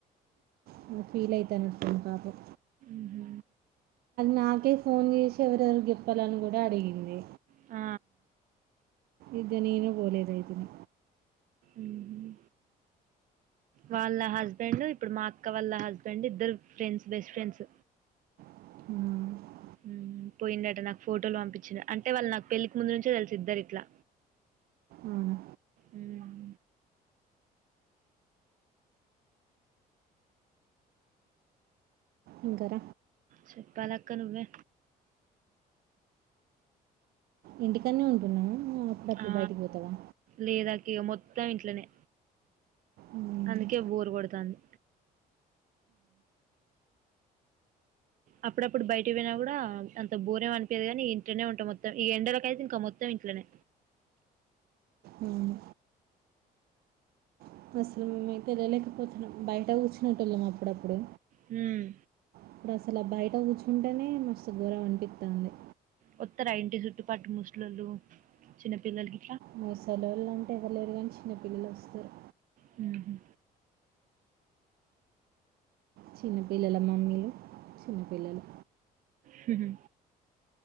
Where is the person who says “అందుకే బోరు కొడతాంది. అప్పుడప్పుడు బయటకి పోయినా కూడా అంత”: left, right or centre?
Right